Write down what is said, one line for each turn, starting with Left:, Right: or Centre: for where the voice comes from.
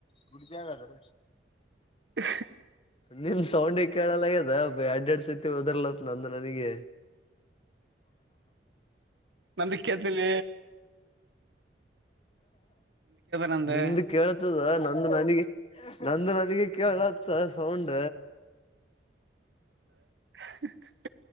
Left: ಗುಡಿ ಜಾಗ ಅದ್ರ
Right: ಹ
Left: ನಿಮ್ ಸೌಂಡಿಗೆ ಕೇಳಲ್ಲಗ್ಯದ ಎಡ್ ಎಡ್ ಸತಿ ಹಓದರ್ಲತ್ ನಂದು ನನಗೆ
Right: ನಂದಿ ಕೇಳ್ತಿಲ್ಲ ನಂದ
Left: ನಿಂದು ಕೇಳ್ತದ ನಂದು ನನಗೆ ನಂದು ನ ಅಲ್ಲಿಗೆ ಕೇಳತ್ತ ಸೌಂಡ
Right: <inaudible>